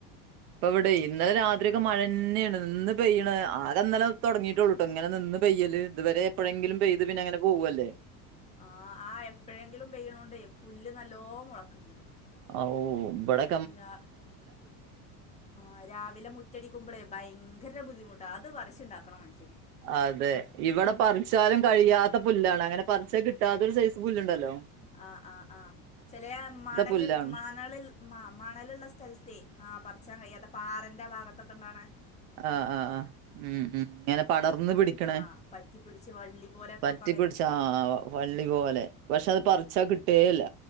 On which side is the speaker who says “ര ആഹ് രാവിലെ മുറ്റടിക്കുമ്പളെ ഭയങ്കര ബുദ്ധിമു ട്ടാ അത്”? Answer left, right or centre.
Left